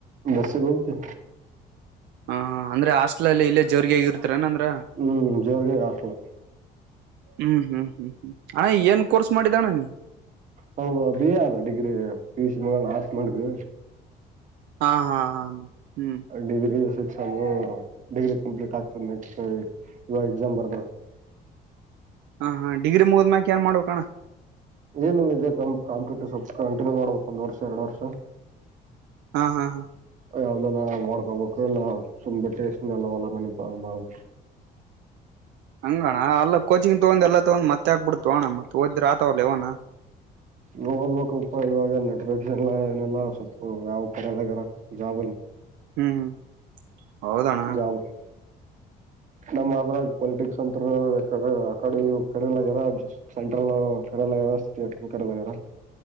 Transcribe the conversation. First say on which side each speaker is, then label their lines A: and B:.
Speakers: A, on the right; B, on the right.
A: ದಸಗಮತು
B: ಹಾ ಹಾ ಅಂದ್ರೆ ಹಾಸ್ಟ್ಲ್ ಅಲ್ಲಿ ಇಲ್ಲೇ ಜೋರ್ಗೆ ಆಗಿರ್ತರನಂದ್ರ
A: ಹ್ಮ್ ಜೋರ್ಗೆ ಹಾಸ್ಟೆಲ್
B: ಹ್ಮ್ ಹ್ಮ್ ಹ್ಮ್ ಹ್ಮ್ ಹ ಏನ್ ಕೋರ್ಸ್ ಮಾಡಿದಣ ನೀ
A: ನಮ್ದ ಬಿ ಎ ಆದ್ರೆ degree P U C arts ಮಾಡ್ವಿ
B: ಹಾ ಹಾ ಹಾ ಹ್ಮ್
A: ಡಿಗ್ರಿ ಎಕ್ಸಾಮ್ ಡಿಗ್ರಿ ಕಂಪ್ಲೀಟ್ ಆಗ್ತದ ನೆಕ್ಸ್ಟ್ ಇವಾಗ ಎಕ್ಸಾಮ್ ಬರ್ದ
B: ಹಾ ಹ ಡಿಗ್ರಿಗದ್್ಯಾಕ ಏನ್ ಮಾಡ್ುಣ
A: ಏನಿಲ್ಲ ಇದೆ ಕ ಕಾಂಪ್ಯೂಟರ್ ಸ್ವಲ್ಪ ಕಂಟಿನ್ಯೂ ಮಾಡ್ಬೇಕು ಒಂದ್ ವರ್ಷ ಎರಡು ವರ್ಷ
B: ಹಾ ಹಾ ಹಾ
A: ಯಾವ್ದನ ಮಾಡ್ಕೋಬೇಕು ಇಲ್ಲ ಸುಂಬ್ ಟೇಸ್ನ್ಲ್ಲವಲ್ಲ ಮನಪ ಮಾಡ್ು
B: ಹಂಗಣ ಅಲ್ಲ ಕೋಚಿಂಗ್ ತಗೊಂಡ್ ಎಲ್ಲ ತಗ್ ಮತ್ತ ಹ ಆಕ್ಬಿಡ್ತೋ ಅಣ ಮತ್ತ ಓದ್ರ ಆತವಲ್ಲ ಇವಣ
A: ಇ ಓದ್ಬೇಕುಪ್ಪ ಇವಾಗ ನೆಟಿಫಿಕೇಶನ್ ಏನೆಲ್ಲ ಸ್ವ ಯಾವ ಕಡೆ ಎಲ್ಲ ಇದಾರ ಜಾಬನು
B: ಹ್ಮ್ ಹ್ಮ್ ಹೌದಣ್ಣ
A: ಜವು
B: <unintelligible>
A: ನಮ್ಮ್ ಅದ್ರಾಗ ಪೊಲಿಟಿಕ್ಸ್ ಅಂತ ಆ ಕಡೆ ಕಡೆಲಾಗ್ಯ ಸೆಂ್ರಲ್ ಕಡೆಲರ ಸ್ಟೇಟ್ ಕಡೆಲರ